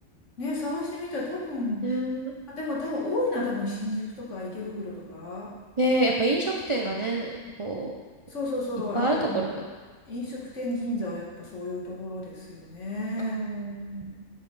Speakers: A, on the left; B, on the right.
A: ね、探してみたら多分、
B: ねえ、
A: あ、でも多分多いのは多分新宿とか池袋とか、そ、
B: ねえ、やっぱ飲食店がね、こう、
A: そうそうそう、
B: いっぱいあるところだ。
A: あの、飲食店銀座はやっぱそういうところですよね。
B: うーん。